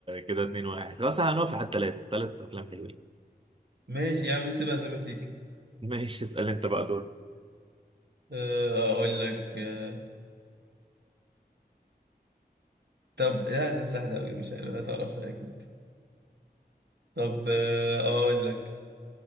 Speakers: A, on the right; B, on the right.
A: كده اتنين واحد خلاص هنقف لحد تلاتة تلات أفلام حلوين
B: ماشي يا عم سيبها زي ما تيجي
A: ماشي اسأل أنت بقى دور
B: أه اقول لك أه طب لا ده سهل قوي مش عارف هتعرفها اكيد طب أه اقول لك